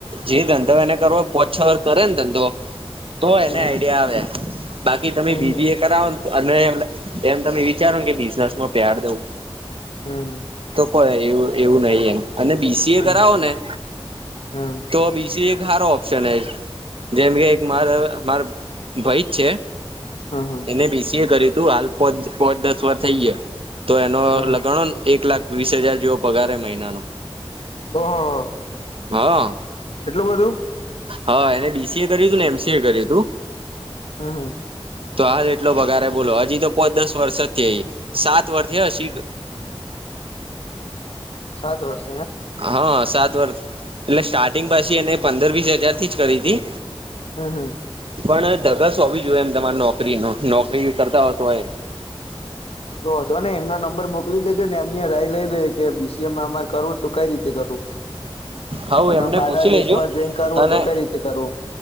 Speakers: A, on the right; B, on the left.
A: જે ધંધો એને કરોવો પોછોર કરે ને ધંધો તો એને
B: હમ
A: આઈડિયા આવે બાકી તમે
B: હમ હમ
A: બીબી એ કરાવો ને અને એમ તમે વિચારો કે બિઝનેસમાં પ્યાર દવું
B: હમ
A: તો એવું એવું નહી એમ અને બીસીએ
B: હમ
A: કરાવો ને
B: હમ
A: તો બીસીએ સારો ઓપ્શન એજ જેમ કે એક મારે માર ભાઈ જ છે,
B: હમ
A: એને બીસી એ કર્યું તું હાલ પો પોચ દસ વાર થઈ ગયા તો એનો
B: હમ
A: લગાણોન એક લાખ વીસ હજાર જેવો પગારે મહિનાનો
B: ઓહોહો
A: હા
B: એટલું બધું
A: હા એને બીસીએ કર્યું હતું ને એમસી એ કર્યું હતું
B: હમ હમ
A: તો હાલ એટલો વધારે બોલો હજી તો પોચ દસ વર્ષ થઈ સાત વર્ષથી હશી
B: સાત વર્ષ
A: હા સાત વર્ષ એટલે સ્ટાર્ટિંગ પછી એને પંદર વીસ હજારથી જ કરી હતી
B: હમ હમ
A: પણ ધગસ હોવી જોયે એમ તમારે નોકરી નો નોકરી કરતા હો તોએ
B: તો હતો ને એમનો નંબર મોકલી દેજો ને એમની રાય લઈ લે કે બીસીએમા અમાર કરવું તો કઈ રીતે કરવું
A: હા હુ એમને
B: અને બહારના
A: પૂછી લેજો
B: દેશમાં જઈને કરવું
A: અને
B: હોય તો કઈ રીતે કરવું